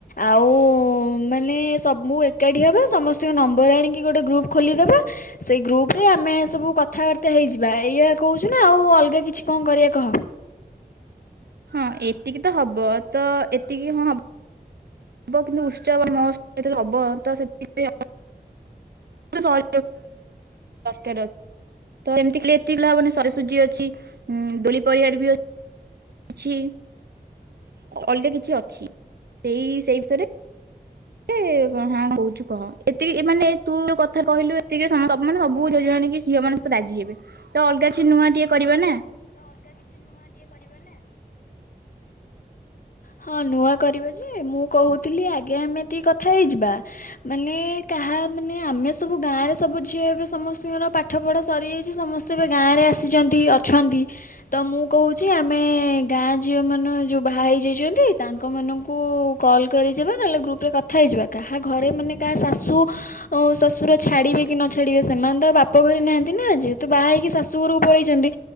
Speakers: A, on the left (about 55°); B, on the right (about 75°).
A: ଆଉ। ଓ ମାନେ ସବୁ ଏକାଠି ହେବା ସମସ୍ତଙ୍କ ନମ୍ବର ଆଣିକି ଗୋଟେ ଗ୍ରୁପ୍ ଖୋଲିଦେବା ସେଇ ଗ୍ରୁପରେ ଆମେ ସବୁ କଥାବାର୍ତ୍ତା ହେଇଯିବା ଏଇଆ କହୁଛୁ ନା ଆଉ ଅଲଗା କିଛି କଣ କରିବା କହ।
B: ହଁ ଏତିକି ତ ହବ ତ ଏତିକି ହଁ ହବ। ହବ କିନ୍ତୁ ଉତ୍ସାହ ବା ମହୋତ୍ସବ ତ ସେଥିାଇଁ ସହ <inaudible> ଅ ତ ଏମିତି କ <inaudible> ତିଲାାବାନେ ସରିସୁଜି ଅଛି ଉଁ <inaudible> ଦୋଳି ପଡ଼ିିବାର ବି ଅଛି। ଅଲଗା କିଛି ଅଛି ସେଇ ସେ ବିଷୟରେ ଏତେ କଣ ହଉଛୁ କହ ଏତିକି ମାନେ ତୁ କଥ କହିଲୁ ଏତିକି ମାନେ ସବୁ ଜାଣିକି ଝିଅ ମାନେ ରାଜି ହେବେ ତ ଅଲଗା କିଛି ନୂଆ ଟିକେ କରିବା ନା
A: ଅଲଗା କିଛି ନୂଆ ଟେ କରିବା ନା। ହଁ ନୂଆ କରିବା ଯେ ମୁଁ କହୁଥିଲି ଆଗେ ଏମିତି କଥା ହେଇଯିବା ମାନେ କାହା ମାନେ ଆମେ ସବୁ ଗାଁରେ ସବୁ ଝିଅ ଏବେ ସମସ୍ତଙ୍କର ପାଠପଢ଼ା ସରିଯାଇଛି ସମସ୍ତେ ଏବେ ଗାଁରେ ଆସିଛନ୍ତି ଅଛନ୍ତି ତ ମୁଁ କହୁଛି ଆମେ ଗାଁ ଝିଅ ମାନେ ଯେଉଁ ବାହା ହେଇଯାଇଛନ୍ତି। ତାଙ୍କ ମନଙ୍କୁ କଲ୍ କରିଯିବା ନହେଲେ ଗ୍ରୁପରେ କଥା ହେଇଯିବା କାହା ଘରେ ମାନେ କାହା ଶାଶୁ ଶଶୁର ଛାଡ଼ିବେ କି ନ ଛାଡ଼ିବେ ସେମାନେ ତ ବାପ ଘରେ ନାହାନ୍ତି ନା ଯେହେତୁ ବାହା ହେଇକି ଶାଶୁ ଘରକୁ ପଳେଇଛନ୍ତି